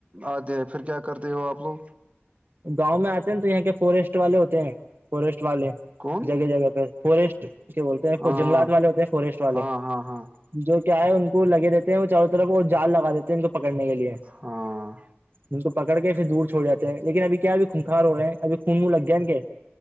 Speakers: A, on the right; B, on the right.
A: آتے ہیں پھر کیا کرتے ہیں وہ آپ لوگ
B: گاؤں میں آتے ہیں تو یہاں کے فوریسٹ والے ہوتے ہیں فوریسٹ والے
A: کون
B: جگہ جگہ پہ فوریسٹ کیا بولتے ہیں
A: ہاں
B: جنگلات والے ہوتے ہیں فوریسٹ والے
A: ہاں ہاں ہاں
B: جو کیا ہے ان کو لگے دیتے ہیں وہ چاروں طرف وہ جال لگا دیتے ان کو پکڑنے کے لیے
A: ہاں ہاں
B: ان کو پکڑ کے پھر دور چھوڑ جاتے ہیں لیکن اب کیا اب خھنخار ہو رہے ہیں اب خون ون لگ گیاا کیا